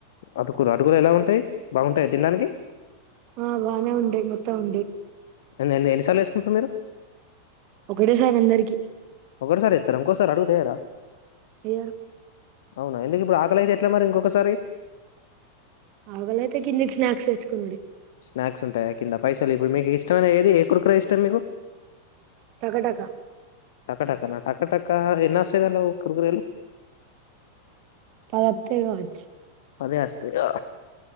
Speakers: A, on the left; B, on the right.
A: అటుకులు అటుకులు ఎలా ఉంటాయి బాగుంటాయ తినడానికి
B: ఆ బానే ఉంటాయి మెత్తగా ఉంటాయి
A: ఎన్ ఎన్నిసార్లు వేసుకుంటారు మీరు
B: ఒకటేసారి అందరికి
A: ఒకటిసారి ఏతర ఇంకోసారి అడుగుతేయారా
B: ఏయరు
A: అవునా ఎందుకు ఇప్పుడు ఆకలితే ఎట్లే మరి ఇంకొకసారి
B: అక్కలి అయితే కిందకీ స్నాక్స్ తెచ్చుకునుడే
A: స్నాక్స్ ఉంటాయా కింద పైసలు ఇప్పుడు మీకు ఇష్టమైన ఏది ఏ కురుకు్ర ఇష్టం మీకు
B: టకా టకా
A: టక టక్కనా టక టక్క ఎన్నస్తుదలో కుర్కురెలు
B: పదివతై కావచ్చు
A: పదే వస్తాయా